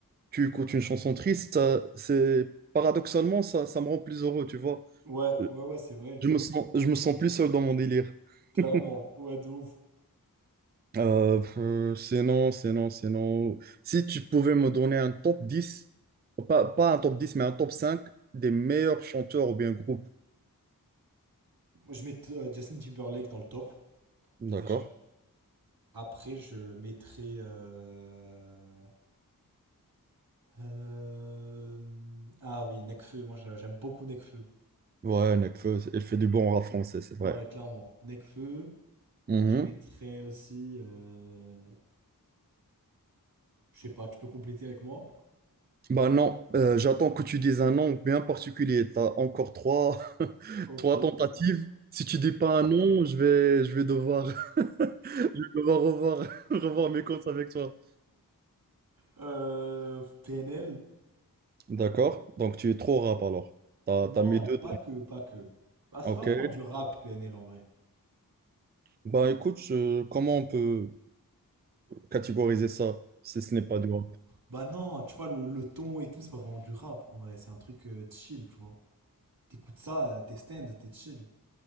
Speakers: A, on the right; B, on the right.
A: tu écoutes une chanson triste, ça- c'est paradoxalement ça, ça me rend plus heureux, tu vois.
B: Ouais,
A: Euh,
B: ouais, ouais, c'est vrai.
A: Je me sens, je me sens plus seul dans mon délire.
B: Clairement,
A: <laughs>
B: ouais, de ouf.
A: Euh, euh, sinon, sinon, sinon, si tu pouvais me donner un top 10, pas, pas un top 10, mais un top 5 des meilleurs chanteurs ou bien groupes.
B: Moi, je mets euh, Justin Timberlake dans le top. déjà.
A: D'accord.
B: Après, je mettrai euh, euh, Ah oui, Nekfeu. Moi, j'a- j'aime beaucoup Nekfeu.
A: Ouais, Nekfeu, il fait du bon rap français, c'est vrai.
B: Ouais, clairement. Nekfeu.
A: Mhm.
B: Je mettrais aussi. euh, Je sais pas, tu peux compléter avec moi?
A: Bah non, euh, j'attends que tu dises un nom bien particulier. T'as encore trois, <laughs>
B: Ok.
A: trois tentatives. Si tu dis pas un nom, je vais, je vais devoir, <laughs> je vais devoir revoir, <laughs> revoir mes comptes avec toi.
B: Euh, PNL?
A: D'accord. Donc tu es trop rap alors. T'as,
B: Non,
A: t'as mis deux.
B: pas que, pas que. Ah, c'est
A: Ok.
B: pas vraiment du rap, PNL en vrai.
A: Bah écoute, je- comment on peut catégoriser ça si ce n'est pas du rap?
B: Bah non, tu vois, le, le ton et tout, c'est pas vraiment du rap en vrai. C'est un truc euh, chill, tu vois. T'écoutes ça, euh, t'es stand, t'es chill.